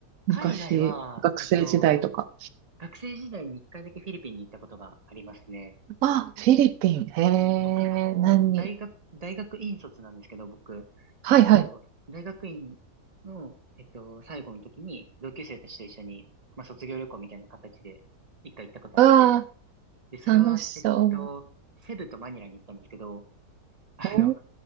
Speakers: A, on the right; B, on the right.
A: 昔、
B: 海外は、
A: 学生時代とか。
B: えっと、学生時代に一回だけフィリピンに行ったことがありますね。
A: あ、フィリピン。へえ、
B: 僕、あの、
A: 何
B: 大学、大学院卒なんですけど、僕、
A: はいはい。
B: えっと、大学院の、えっと、最後の時に、同級生たちと一緒に、まあ、卒業旅行みたいな形で、一回行ったことあって、
A: ああ
B: で、それは、
A: ー、楽しそう。
B: えっと、セブとマニラに行ったんですけど、あの、
A: お